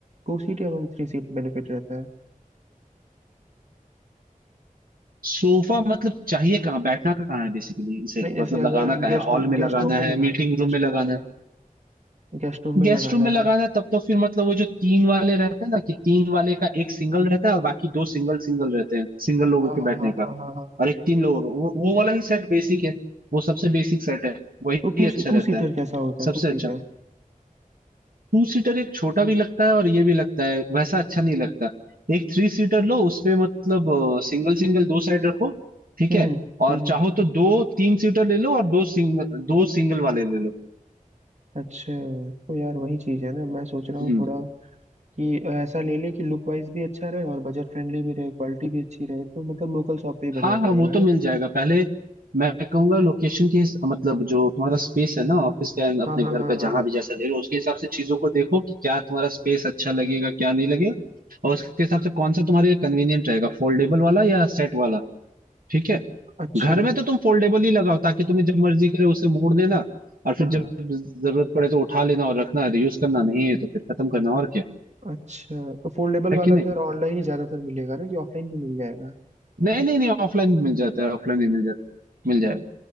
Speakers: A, on the right (about 55°); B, on the right (about 80°).
A: टू सीट या वन थ्री सीट बेनिफिट रहता है
B: सोफा मतलब चाहिए कहाँ बैठना कहाँ है बेसिकली इसे
A: नहीं जैसे
B: मतलब
A: अगर
B: लगाना कहाँ
A: गेस्ट
B: है हॉल
A: रूम
B: में
A: गेस्ट
B: लगाना
A: रूम में लगाना
B: है मीटिंग
A: है
B: रूम
A: गेस्ट
B: में लगाना
A: रूम में
B: है
A: गेस्ट रूम में
B: गेस्ट
A: लगाना
B: रूम में लगाना
A: है
B: है तब तो फिर मतलब वो जो तीन वाले रहते हैं ना कि तीन वाले का एक सिंगल रहता है और बाकी दो सिंगल सिंगल रहते हैं सिंगल लोगों
A: हाँ
B: के
A: हाँ
B: बैठने
A: हाँ हाँ
B: का
A: हाँ हाँ
B: और एक तीन लोगों का वो, वो वाला ही सेट बेसिक है वो सबसे बेसिक सेट है वही
A: तो टू
B: अच्छा
A: टू
B: रहता
A: सीटर
B: है
A: कैसा होता है
B: सबसे
A: टू सीटर
B: अच्छा टू सीटर एक छोटा भी लगता है और ये भी लगता है वैसा अच्छा नहीं लगता एक थ्री सीटर लो उसपे मतलब सिंगल सिंगल दो साइड रखो ठीक
A: हम्म
B: है
A: हम्म
B: और
A: हम्म, हम्म।
B: चाहो तो दो तीन सीटर ले लो और दो सिंगल दो सिंगल वाले ले लो
A: अच्छा तो यार वही चीज है ना मैं सोच रहा
B: हम्म
A: हूँ थोड़ा कि ऐसा ले ले कि लुक वाइज भी अच्छा रहे और बजट फ्रेंडली भी रहे क्वालिटी भी अच्छी रहे तो मतलब लोकल शॉप पे ही बढ़िया
B: हाँ हाँ
A: पड़ेगा
B: वो तो मिल
A: ना
B: जाएगा पहले मैं कहूंगा लोकेशन के हिस- मतलब जो तुम्हारा स्पेस है ना ऑफिस का and अपने
A: हाँ हाँ
B: घर
A: हाँ
B: का
A: हाँ
B: जहां भी जैसा ले लो उसके हिसाब से चीजों को देखो कि क्या तुम्हारा स्पेस अच्छा लगेगा क्या नहीं लगेगा और उसके हिसाब से कौन सा तुम्हारे लिए कन्वीनियंट रहेगा फोल्डेबल वाला या सेट वाला ठीक है
A: अच्छा
B: घर
A: हाँ
B: में तो तुम फोल्डेबल ही लगाओ ताकि तुम्हें जब मर्जी करे उसे मोड़ देना और फिर
A: हाँ
B: जब जरूरत पड़े तो उठा लेना और रखना यूज करना नहीं है तो फिर खत्म करना और क्या
A: अच्छा तो फोल्डेबल
B: है कि
A: वाला
B: नहीं
A: तो यार ऑनलाइन ही ज़्यादातर मिलेगा ना कि ऑफलाइन भी मिल जाएगा
B: नहीं नहीं नहीं ऑफलाइन मिल जाता है ऑफलाइन ही मिल जाता है मिल जाएगा